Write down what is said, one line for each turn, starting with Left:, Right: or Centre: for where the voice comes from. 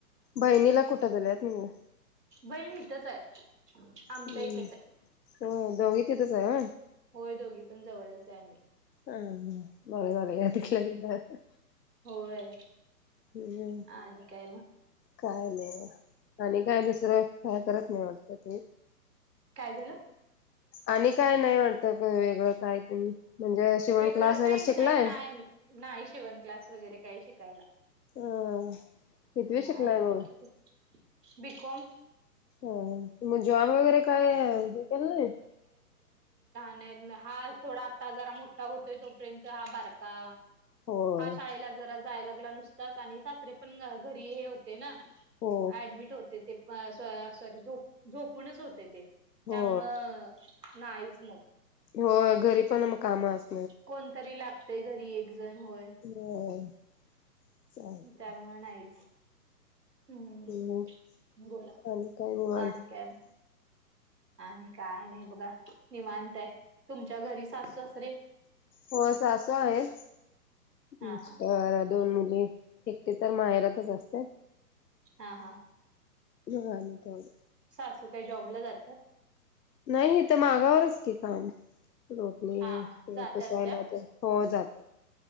Left: बहिणीला कुठं दिलंय तुम्ह
Right: बहीण इथंच आए. आमचं
Left: हम्म
Right: एकच आए.
Left: होय दोघी तिथंच आहे होय
Right: होय दोघ ती पण जवळच य आम्मी
Left: हम्म ह म तिथल्या तिथं
Right: होय.
Left: हम्म
Right: हा आणि काय म
Left: काय नाही. आणि काय दुसरं? काय करत नाही वाटतं तू.
Right: काय झालं?
Left: आणि काय नाई वाटतं वेगळं काय तुम्ही म्हणजे शिवण
Right: वेगळं
Left: क्लास वगैरे
Right: काही नाई,
Left: शिकलाय
Right: नाई.. न्हाई शिवण क्लास वगरे काही शिकायला
Left: अ कितवी
Right: नाही,
Left: शिकलाय मग
Right: फक्त बिकॉम
Left: ह! मग जॉब वगरे काय हे केलं नाई?
Right: नाई न.. हा थोडासा जरा मोट्टा होतोय तोपर्यंत हा बारका
Left: होय
Right: हा शाळेला जरा जाय लागला नुसताच आणि सासरे पण घरी हे होते ना.
Left: हो
Right: ऍडमिट होते ते. पा सॉरी झो झोपूनच होते ते. त्यामुळं
Left: हो
Right: नाहीच मग
Left: हो.. घरी पण म कामं आस
Right: कोणतरी लागतंय घरी एक जण होय.
Left: होय चालतंय
Right: त्यामुळं नाहीच हम्म..
Left: मग
Right: बोला
Left: आणि काय निवांत
Right: आणि काय म? आणि काय नाही बघा. निवांतए. तुमच्या घरी साऊसासरे
Left: हो सासू आहे.
Right: हा
Left: मिस्तर,
Right: हा
Left: दोन मुली एकटीच तर माहेरातच असते.
Right: हा हा..
Left: यो हा म तेव
Right: सासू काय जॉबला जातात?
Left: नाही हितं मागावरच की काम, रोटणी
Right: हा हा
Left: ते
Right: जातात
Left: पुसायला
Right: त्या
Left: तर हो जात